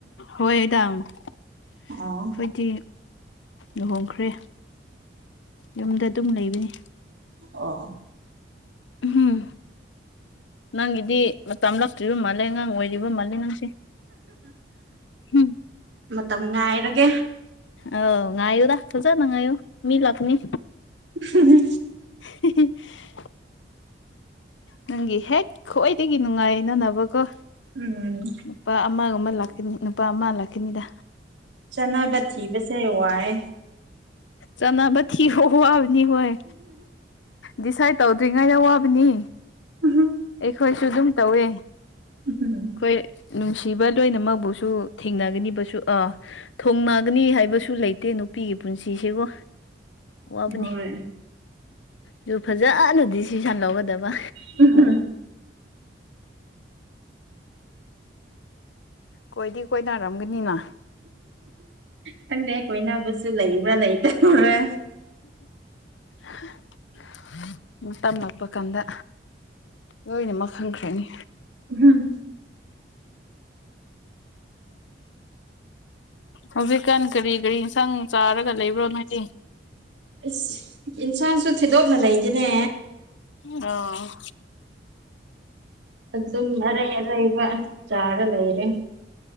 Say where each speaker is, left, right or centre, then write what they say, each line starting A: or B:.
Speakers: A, on the left; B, on the right.
A: ꯍꯣꯏꯗꯥ ꯑꯩꯈꯣꯏꯗꯤ
B: ꯑꯣ
A: ꯂꯨꯍꯣꯡꯈ꯭ꯔꯦ ꯌꯨꯝꯗ ꯑꯗꯨꯝ ꯂꯩꯕꯅꯤ
B: ꯑꯣ
A: ꯎꯝ ꯅꯪꯒꯤꯗꯤ ꯃꯇꯝ ꯂꯛꯇ꯭ꯔꯤꯕ ꯃꯥꯜꯂꯦ ꯑꯉꯥꯡ ꯑꯣꯏꯔꯤꯕ ꯃꯥꯜꯂꯦ ꯅꯪꯁꯦ ꯎꯝ
B: ꯃꯇꯝ ꯉꯥꯏꯔꯒꯦ
A: ꯑꯧ ꯉꯥꯏꯌꯨꯗ ꯐꯖꯅ ꯉꯥꯏꯌꯨ ꯃꯤ ꯂꯥꯛꯀꯅꯤ
B: ꯎ
A: <inaudible> ꯅꯪꯒꯤ ꯍꯦꯛ ꯈ꯭ꯋꯥꯏꯗꯒꯤ ꯅꯨꯡꯉꯥꯏꯅꯅꯕ ꯀꯣ
B: ꯎꯝ
A: ꯅꯨꯨꯄꯥ ꯑꯃꯒꯨꯝꯃ ꯂꯥꯛꯀꯅꯤ ꯅꯨꯄꯥ ꯑꯃ ꯂꯥꯛꯀꯅꯤꯗ
B: ꯆꯅꯥꯕ ꯊꯤꯕꯁꯦ ꯋꯥꯏ
A: ꯆꯅꯥꯕ ꯊꯤꯕ ꯋꯥꯕꯗꯤ ꯋꯥꯏ ꯗꯤꯁꯥꯏꯠ ꯇꯧꯗ꯭ꯔꯤꯉꯩꯗ ꯋꯥꯕꯅꯤ
B: ꯎꯝ
A: ꯑꯩꯈꯣꯏꯁꯨ ꯑꯗꯨꯝ ꯇꯧꯋꯦ
B: ꯎꯝ
A: ꯑꯩꯈꯣꯏ ꯅꯨꯡꯁꯤꯕ ꯂꯣꯏꯅꯃꯛꯕꯨꯁꯨ ꯊꯦꯡꯅꯒꯅꯤꯕꯁꯨ ꯑꯥ ꯊꯣꯡꯅꯥꯒꯅꯤ ꯍꯥꯏꯕꯁꯨ ꯂꯩꯇꯦ ꯅꯨꯄꯤꯒꯤ ꯄꯨꯟꯁꯤꯁꯤꯀꯣ ꯋꯥꯕꯅꯤ
B: ꯍꯣꯏ
A: ꯨꯑꯗꯨ ꯐꯖꯅ ꯗꯤꯁꯤꯖꯟ ꯂꯧꯒꯗꯕ
B: <unintelligible>
A: ꯀꯣꯏꯗꯤ ꯀꯣꯏꯅꯔꯝꯒꯅꯤꯅ
B: ꯈꯪꯗꯦ ꯀꯣꯏꯅꯕꯁꯨ ꯂꯩꯕ꯭ꯔꯥ ꯂꯩꯇꯕ꯭ꯔꯥ
A: <inaudible> ꯃꯇꯝ ꯂꯛꯄ ꯀꯥꯟꯗ ꯂꯣꯏꯅꯃꯛ ꯈꯪꯈ꯭ꯔꯅꯤ
B: ꯎꯍꯨꯝ
A: ꯍꯧꯖꯤꯛꯀꯥꯟ ꯀꯔꯤ ꯀꯔꯤ ꯏꯟꯁꯥꯡ ꯆꯥꯔꯒ ꯂꯩꯕ꯭ꯔꯣ ꯅꯣꯏꯗꯤ
B: ꯏꯁ ꯏꯟꯁꯥꯡꯁꯨ ꯊꯤꯗꯣꯛꯅ ꯂꯩꯇꯦꯅꯦ
A: ꯑ
B: ꯑꯗꯨꯝ ꯑꯔꯩ ꯑꯔꯩꯕ ꯆꯥꯔ ꯂꯩꯔꯦ